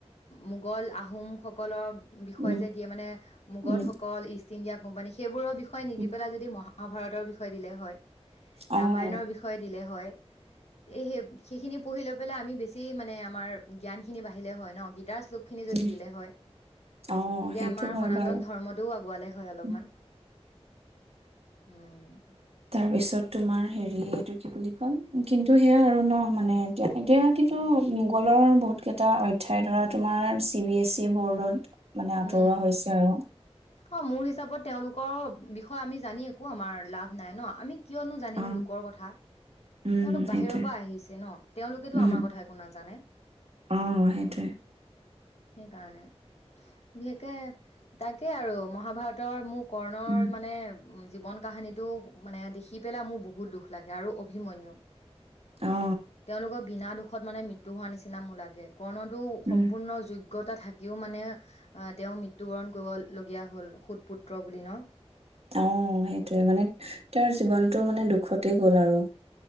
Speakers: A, on the left; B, on the right.
A: মোগল আহোম স কল বিষয়
B: উম,
A: যে দিয়ে মানে মোগলসকল
B: উম,
A: ইষ্ট ইষ্ট ইণ্ডিয়া কোম্পানী সেইবোৰৰ বিষয়ে নিদি
B: উম,
A: পেলাই যদি মহা মহাভাৰতৰ বিষয়ে দিলে হয়।
B: অ',
A: ৰামায়ণৰ বিষয়ে দিলে হয়। <unintelligible> সেইখিনি পঢ়ি লৈ <unintelligible> আমি বেছি মানে আমাৰ জ্ঞান খিনি বাঢ়িলে হয় ন <unintelligible> গীতাৰ শ্লোকখিনি যদি
B: উম,
A: দিলে হয়।
B: অ'
A: তেতিয়া
B: সেইটো
A: আমাৰ
B: হয়
A: সনাতন
B: বাৰু
A: ধৰ্মটোও আগুৱালে হয় অলপমান।
B: উম,
A: উম।
B: তাৰ পিছত তোমাৰ হেৰি এইটো কি বুলি কয় কিন্তু সেয়া আৰু ন মানে এতিয়া- এতিয়া কিন্তু মোগলৰ বহুত কেইটা অধ্যায় ধৰা তোমাৰ চি বি এছ চি বৰ্ডত মানে আঁতৰোৱা
A: উম।
B: হৈছে আৰু
A: অ' মোৰ হিচাপত তেওঁলোকৰ বিষয়ে আমি জানি একো আমাৰ লাভ নাই ন আমি কিয়নো জানিম
B: অ
A: লোকৰ কথা।
B: উম
A: তেওঁলোক
B: সেইটোৱে
A: বাহিৰৰ পৰা আহিছে ন! তেওঁলোকেতো
B: উম
A: আমাৰ কথা একো নাজানে।
B: অ সেইটোৱে
A: সেইকাৰণে, বিশেষকে তাকে আৰু মহাভাৰতৰ মো কৰ্ণৰ
B: উম
A: মানে উ জীৱন কাহানীটো মানে দেখি পেলাই মোৰ বহুত দুখ লাগে আৰু ভিমন্যু
B: অ
A: তেওঁলোকৰ বিনা দুখ শেষত মানে মৃত্যু হোৱা নিচনা মোৰ লাগে কৰ্ণটো সম্পূৰ্ণ
B: উম
A: যোইগ অজ্ঞতা থাকিও মানে তেওঁ মৃত্যু বৰণ কৰিবলগীয়া হল সুতপুত্ৰ বুলি ন?
B: অহ সেইটোৱে মানে তেওঁৰ জীৱনটো মানে দুখতেই গ'ল আৰু